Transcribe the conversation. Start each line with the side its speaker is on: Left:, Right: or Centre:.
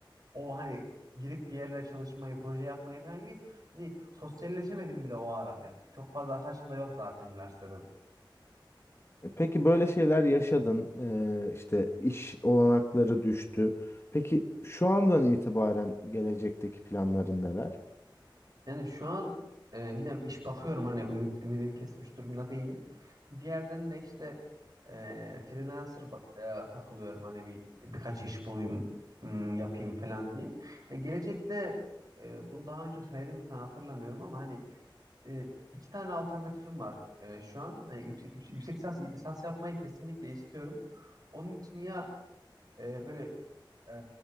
Right: o hani girip bir yerlere çalışmayı, proje yapmayı falan geç. Hani sosyalleşemedim bile o ara ben. Çok fazla arkadaşım da yok zaten üniversiteden.
Left: E, Peki böyle şeyler yaşadın, eee, işte iş olanakları düştü. Peki şu andan itibaren gelecekteki planların neler?
Right: Yani şu an e, yine iş bakıyorum hani ümit, ümidimi kesmiş durumda değilim. Bir yerden de işte e, freelancer ba- e, takılıyorum hani bir birkaç iş bulayım hmm, yapayım falan diye. Yani gelecekte e, bunu daha önce söyledim mi sana hatırlamıyorum ama hani e, iki tane alternatifim var e, şu an. Hani yüksek, yüksek, yüksek lisans, lisans yapmayı kesinlikle istiyorum. Onun için ya e, böyle e,